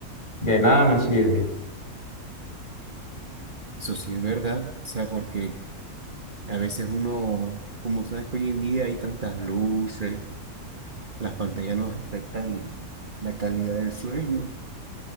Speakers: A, on the left; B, on the right.
A: de nada me sirve.
B: eso sí es verdad. O sea, porque a veces uno, como sabes que hoy en día hay tantas luces, las pantallas nos afectan la calidad del sueño.